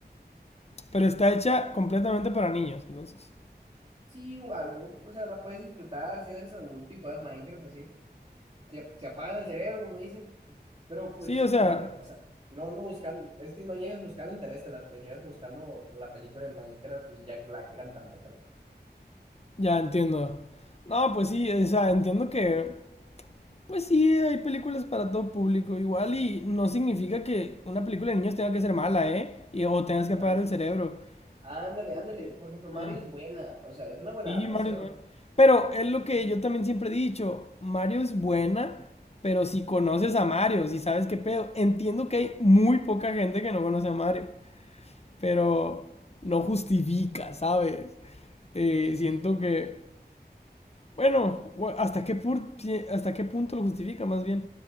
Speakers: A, on the left (about 35°); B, on the right (about 35°).
A: Pero está hecha completamente para niños, entonces.
B: Sí, o algo, o sea, la puedes disfrutar si eres adulto y juegas Minecraft así. Si, si apagas el cerebro, como dicen. Pero pues,
A: Sí, o sea,
B: ándale, o sea, no, no buscando, es que no llegas buscando Interestelar, pues llegas buscando la película de Minecraft y Jack Black cantando, ¿sabes?
A: ya entiendo. No, pues sí, o sea, entiendo que, pues sí, hay películas para todo público igual y no significa que una película de niños tenga que ser mala, ¿eh? Y, o tengas que apagar
B: Ándale,
A: el cerebro.
B: ándale,
A: Porque,
B: ándale. Por ejemplo, Mario
A: ajá.
B: es buena, o sea, es una buena
A: Sí,
B: adaptación.
A: Mario es bueno. Pero es lo que yo también siempre he dicho, Mario es buena, pero si conoces a Mario, si sabes qué pedo, entiendo que hay muy poca gente que no conoce a Mario, pero no justifica, ¿sabes? Eh,
B: Sí, sí, sí,
A: siento
B: sí.
A: que, bueno, bu- ¿hasta qué, pur- si- hasta qué punto lo justifica más bien?